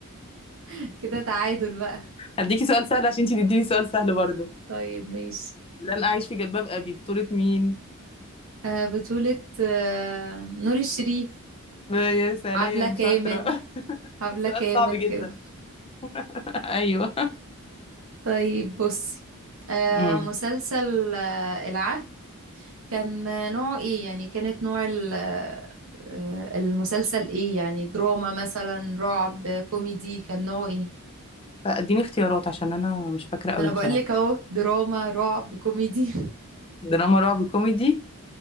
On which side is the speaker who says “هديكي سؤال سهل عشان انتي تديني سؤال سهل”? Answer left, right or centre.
Left